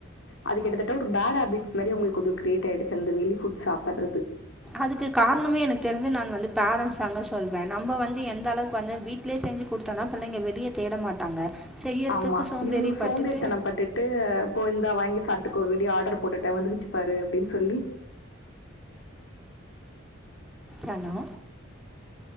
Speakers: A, on the left; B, in the centre.
A: அது கிட்டத்தட்ட ஒரு பேடு ஹேபிட்ஸ் மாரி அவுங்களுக்கு அது கிரியேட் ஆயிடுச்சு அந்த வெளிஃபுட் சாப்பட்றது
B: அதுக்கு காரணமே எனக்கு தெரிஞ்சி நான் வந்து பேரண்ட்ஸ் தாங்க சொல்வே நம்ம வந்து எந்த அளவுக்கு வந்து வீட் லே செஞ்சு குடுத்தோனா பிள்ளைங்க வெளிய தேட மாட்டாங்க செய்யறதுக்கு
A: ஆமா
B: சோம்பேறி
A: இவுங்ளுக் சோம்பேறிதனோ
B: பட்டுட்டு
A: பட்டுட் ட்டு போ இந்தா வாங்கி சாப்ட்டுக்கோ வெளிய ஆர்டர் போட்டுடே வந்துருச்சு பாரு அப்டின் சொல்லி
B: ஹலோ